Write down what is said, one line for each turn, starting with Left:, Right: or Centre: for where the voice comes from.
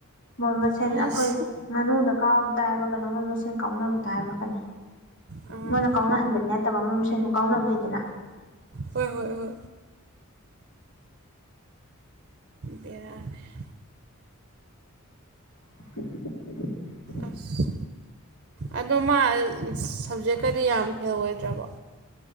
Left: ꯃꯣꯏ ꯃꯁꯦꯟ
Right: ꯑꯁ
Left: ꯑꯩꯈꯣꯏ ꯉꯥꯅꯨꯗ ꯀꯥꯎꯕꯗ ꯍꯥꯏꯕ ꯀꯅ ꯃꯣꯏ ꯃꯁꯦꯟ ꯀꯥꯎꯅꯕꯗ ꯍꯥꯏꯕꯛ ꯀꯅꯤ
Right: ꯑꯥ
Left: ꯃꯣꯏꯅ ꯀꯥꯎꯅꯍꯟꯕꯗꯤ ꯅꯠꯇꯕ ꯃꯣꯏ ꯃꯁ ꯁꯨꯝ ꯀꯥꯎꯅꯕ ꯂꯩꯗꯅ
Right: ꯍꯣꯏ ꯍꯣꯏ ꯍ ꯕꯔꯥ <inaudible>
Left: <unintelligible>
Right: ꯑꯁ ꯑꯗꯣ ꯃꯥ ꯁꯞꯖꯦꯛꯀꯗꯤ ꯌꯥꯝ ꯐꯦꯜ ꯑꯣꯏꯗ꯭ꯔꯕꯣ